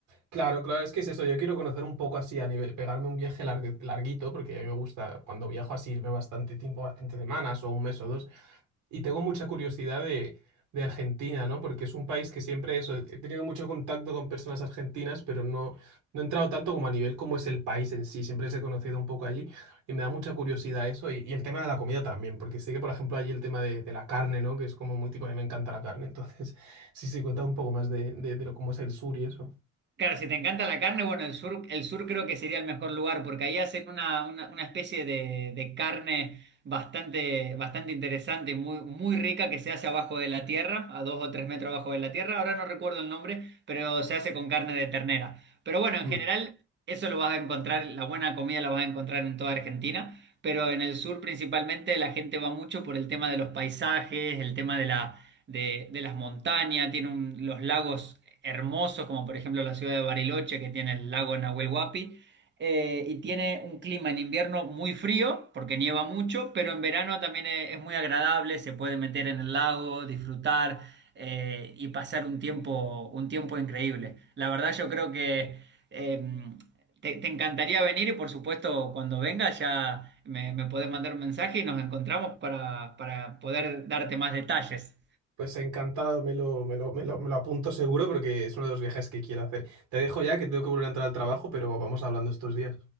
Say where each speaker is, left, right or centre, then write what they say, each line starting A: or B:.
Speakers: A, on the right; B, on the right.
A: Claro, claro, es que es eso. Yo quiero conocer un poco así a nivel, pegarme un viaje largu- larguito, porque a mí me gusta cuando viajo así irme bastante tiempo, bastantes semanas o un mes o dos. Y tengo mucha curiosidad de, de Argentina, ¿no? Porque es un país que siempre eso, he tenido mucho contacto con personas argentinas, pero no, no he entrado tanto como a nivel como es el país en sí. Siempre les he conocido un poco allí y me da mucha curiosidad eso. Y, y el tema de la comida también, porque sé que, por ejemplo, allí el tema de, de la carne, ¿no? Que es como muy tipo, a mí me encanta la carne. Entonces, <laughs> sí, sí, cuenta un poco más de, de, de lo, cómo es el sur y eso.
B: Claro, si te encanta la carne, bueno, el sur, el sur creo que sería el mejor lugar porque ahí hacen una, una, una especie de, de carne bastante, bastante interesante, muy, muy rica que se hace abajo de la tierra, a dos o tres metros abajo de la tierra. Ahora no recuerdo el nombre, pero se hace con carne de ternera. Pero bueno, en
A: Mm.
B: general eso lo vas a encontrar, la buena comida la vas a encontrar en toda Argentina, pero en el sur principalmente la gente va mucho por el tema de los paisajes, el tema de la de, de las montañas, tiene un- los lagos hermosos, como por ejemplo la ciudad de Bariloche, que tiene el lago Nahuel Huapi, eh, y tiene un clima en invierno muy frío, porque nieva mucho, pero en verano también es, es muy agradable, se puede meter en el lago, disfrutar eh, y pasar un tiempo, un tiempo increíble. La verdad yo creo que... em, te, te encantaría venir y por supuesto cuando vengas ya me, me podés mandar un mensaje y nos encontramos para, para poder darte más detalles.
A: Pues encantado, me lo, me lo, me lo, me lo apunto seguro porque es uno de los viajes que quiero hacer. Te dejo ya que tengo que volver a entrar al trabajo, pero vamos hablando estos días.